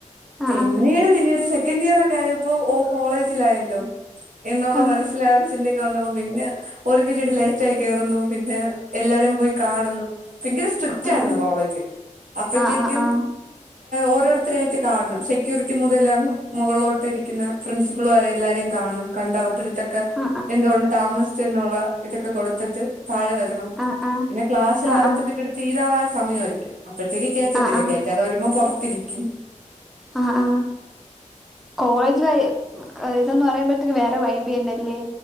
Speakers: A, in the centre; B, on the right.
A: ആ
B: പിന്നീട്
A: ആ
B: പിന്നീട് സെക്കൻഡീയർ ഒക്കെ ആയ. പ്പോ ഓ കോളേജിലായല്ലോ എന്നുള്ള
A: ഉം
B: മനസ്സൽ ആ രു ചിന്ത പിന്നന്നപ്പം പിന്നെ ഒരു പിരീഡ് ലേറ്റായി കേറുന്നു, പിന്നെ എല്ലാരും. പോയി കാണുന്നു ഭങ്കര സ്ട്രിക്റ്റ് ആയിരുന്നു
A: ഉം
B: കോളേജ് അപ്പഴത്തേക്കും
A: ആ ആ ആ
B: ഓരോരുത്തരായിട്ട് കാണണം സെക്യൂരിറ്റി മുതല മുകളിലോട്ട് ഇരിക്കുന്ന പ്രിൻസിപ്പൾ വരെല്ല കാണണം കണ്ടവരുടെ അടുത്തൊക്കെ
A: ആ
B: എന്തുകൊണ്ട് താമസിച്ചു എന്നുള്ള ഇതൊക്കെ കൊടുത്തിട്ട് താഴെ വരണം
A: ആ ആ ആ
B: പിന്നെ ക്ലാസ്സൽ
A: ആ ആ
B: ആദ്യത്തെ പിറ്റീട് തീതാറായ സമയമായിരിക്കും അപ്പഴത്തേക്ക് കയറ്റത്തില്ല
A: ആ ആ ആ
B: കയറ്റാതെ വരുമ്പോ പൊറത്തിരിക്കും.
A: ആ ആ കോളേജ് ഇതന്ന് പറയുമ്പോഴത്തേക്ക് വേ വൈബിന്നല്ലേ